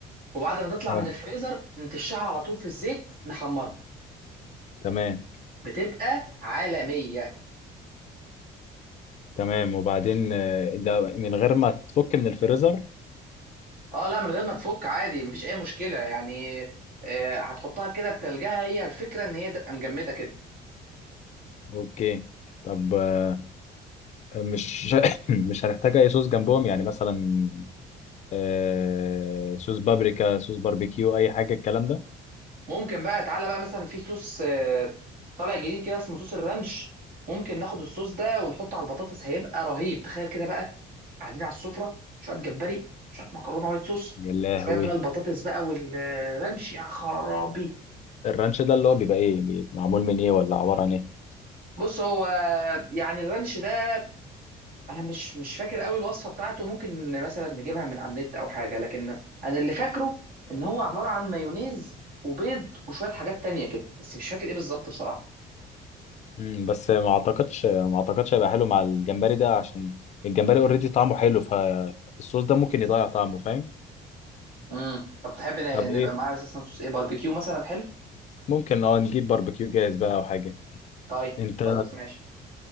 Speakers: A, on the right (about 60°); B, on the left (about 45°).
A: وبعد ما تطلع
B: آه،
A: من الفريزر نتشعها على طول في الزيت نحمرها
B: تمام
A: بتبقى عالميه
B: تمام وبعدين آه، ده من غير ما تفك من الفريزر
A: اه لا من غير ما تفك عادي مفيش اي مشكله يعني آه، هتحطها كده بتلجها هي الفكره ان هي تبقى مجمده كده
B: اوكي طب آه، مش <coughs> مش هنحتاج اي صوص جنبهم يعني مثلا آه، صوص بابريكا صوص باربيكيو اي حاجه الكلام ده
A: ممكن بقى تعالى بقى مثلا في صوص آه، طالع جديد كده اسمه صوص الرانش ممكن ناخد الصوص ده ونحطه على البطاطس هيبقى رهيب تخيل كده بقى قاعدين على السفره شويه جمبري شويه مكرونه وايت صوص
B: يا لهوي
A: شويه بقى البطاطس بقى والرانش يا خرابي
B: الرانش ده اللي هو بيبقى ايه بيبقى معمول من ايه ولا عبارة عن ايه
A: بص هو يعني الرانش ده انا مش مش فاكر قوي الوصفه بتاعته ممكن مثلا نجيبها من على النت او حاجه لكن انا اللي فاكره ان هو عباره عن مايونيز وبيض وشويه حاجات تانية كده بس مش فاكر ايه بالظبط بصراحه
B: امم بس ما اعتقدش ما اعتقدش هيبقى حلو مع الجمبري ده عشان الجمبري اوريدي طعمه حلو فالصوص ده ممكن يضيع طعمه فاهم
A: امم طب تحب ن-
B: طب
A: نبقى
B: ايه
A: معاه اساسا صوص ايه باربيكيو مثلا حلو
B: ممكن اه نجيب باربيكيو جاهز بقى او حاجة
A: طيب
B: انت
A: خلاص ماشي